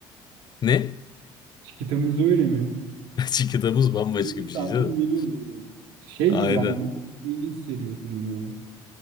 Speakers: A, on the left (about 40°); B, on the right (about 80°).
A: ne?
B: Çikitamız öyle mi?
A: <laughs> Çiğ muz bambaşka
B: 20
A: bir
B: santim
A: şey canım.
B: geliyor böyle. Şey
A: Aynen.
B: gibi yani muz yediğini hissediyorsun böyle.